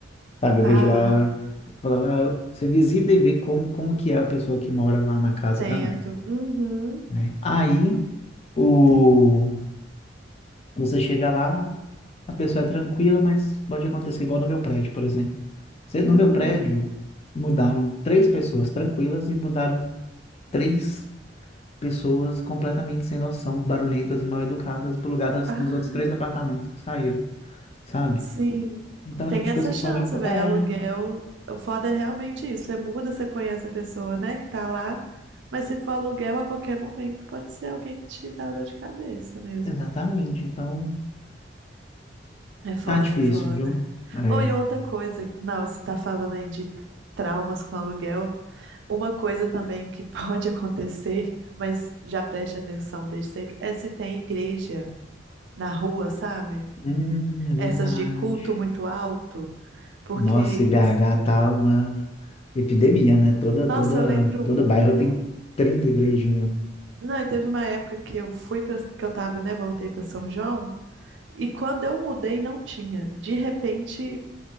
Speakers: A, on the left (about 35°); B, on the right (about 70°).
A: Sabe, eu
B: Ah,
A: vejo lá, falo, ah, eu- você visita e vê como, como que é a pessoa que mora lá na casa
B: entendo.
A: também,
B: Uhum,
A: né? Aí, o
B: entendo.
A: Você chega lá, a pessoa é tranquila, mas pode acontecer igual no meu prédio, por exemplo. Se- No
B: Hum.
A: meu prédio, mudaram três pessoas tranquilas e mudaram três pessoas completamente sem noção, barulhentas e mal educadas pro lugar das,
B: ah.
A: dos outros três apartamentos que saíram, sabe?
B: Sim,
A: Então, é
B: tem
A: o tipo de
B: essa
A: coisa que
B: chance,
A: pode... acon-
B: velho.
A: É,
B: Aluguel, o foda é realmente isso. Você muda, você conhece a pessoa, né, que tá lá, mas se for aluguel a qualquer momento, pode ser alguém que te dá dor de cabeça mesmo.
A: exatamente. Então,
B: É foda,
A: tá difícil,
B: é foda.
A: viu? É.
B: Ou e outra coisa, não, você tá falando aí de traumas com aluguel. Uma coisa também que <laughs> pode acontecer, mas já preste atenção desde sempre, é se tem igreja na rua, sabe?
A: Hum, é verdade.
B: Essas de culto muito alto, porque
A: Nossa, e
B: em
A: BH tá uma... Epidemia, né? Toda, toda,
B: Nossa, eu lembro.
A: todo
B: Uhum.
A: bairro tem 30 igrejinhas.
B: Não, e teve uma época que eu fui para que eu tava, né? Voltei para São João. E quando eu mudei, não tinha. De repente,